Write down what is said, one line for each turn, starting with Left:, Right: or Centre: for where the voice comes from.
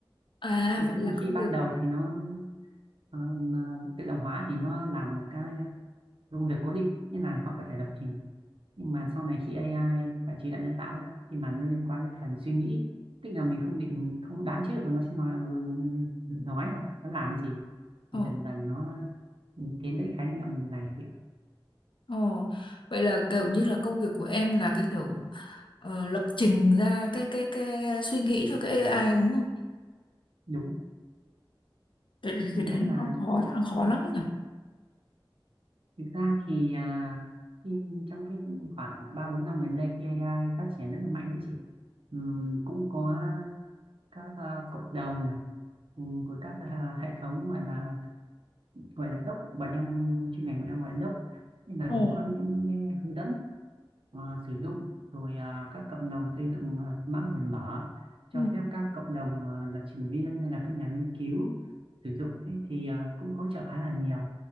Left: À,
Right: vậy
Left: vậy
Right: thì
Left: là công
Right: khi ban
Left: việc...
Right: đầu thì nó ờ, tự động hóa thì nó làm một cái công việc cố định như là họ có thể lập trình nhưng mà sau này khi AI và trí tuệ nhân tạo ấy thì mà nó liên quan đến phần suy nghĩ tức là mình không định không đoán trước và nó sẽ nói nói không nó làm gì
Left: Ồ,
Right: thì dần dần nó tiến tới cái khái niệm này thì
Left: ồ, vậy là kiểu như là công việc của em là cái kiểu ờ, lập trình ra cái cái cái suy nghĩ cho cái AI đúng không?
Right: đúng
Left: Cái, cái
Right: nghĩa
Left: đấy nó
Right: là
Left: không khó chắc là khó lắm đấy nhở?
Right: thực ra thì à, trong cái khoảng ba bốn năm gần đây khi AI phát triển rất là mạnh ấy chị Ừm, cũng có các à, cộng đồng ừ, của các à, hệ thống gọi là gọi là doc bọn em chuyên ngành bọn em gọi là doc nên là
Left: Ồ,
Right: có những cái hướng dẫn à, sử dụng rồi à, các cộng đồng xây dựng à, mã nguồn mở cho
Left: ừ,
Right: phép các cộng đồng à, lập trình viên hay là các nhà nghiên cứu sử dụng thế thì à, cũng hỗ trợ khá là nhiều